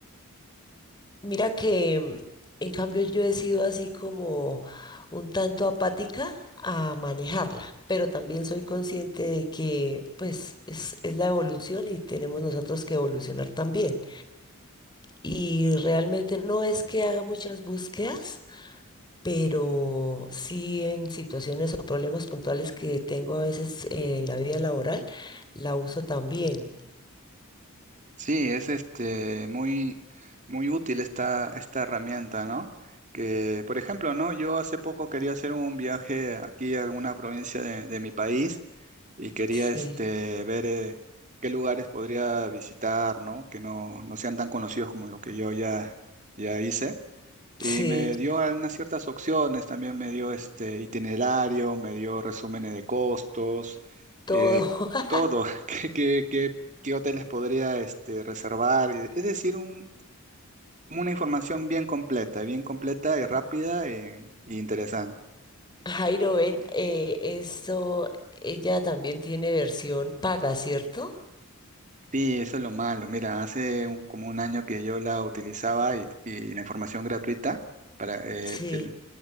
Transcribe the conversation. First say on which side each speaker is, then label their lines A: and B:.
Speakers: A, on the left (about 20°); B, on the right (about 35°).
A: Mira que mm, en cambio yo he sido así como un tanto apática a manejarla, pero también soy consciente de que pues es, es la evolución y tenemos nosotros que evolucionar también. Y realmente no es que haga muchas búsquedas. pero sí en situaciones o problemas puntuales que tengo a veces eh, en la vida laboral, la uso también.
B: Sí, es este muy, muy útil esta, esta herramienta, ¿no? Que, por ejemplo, ¿no? Yo hace poco quería hacer un viaje aquí a alguna provincia de, de mi país y quería
A: Sí,
B: este, ver eh, qué lugares podría visitar, ¿no? Que no, no sean tan conocidos como los que yo ya, ya hice. Y
A: sí,
B: me dio algunas ciertas opciones, también me dio este itinerario, me dio resúmenes de costos,
A: todo.
B: eh,
A: <laughs>
B: todo, <laughs> qué, qué, qué- qué hoteles podría este, reservar. y- Es decir, un- una información bien completa, bien completa y rápida e, e interesante.
A: Jairo, ven, eh, eso, ella también tiene versión paga, ¿cierto?
B: Sí, eso es lo malo. Mira, hace un- como un año que yo la utilizaba y, y la información gratuita para, este,
A: Sí,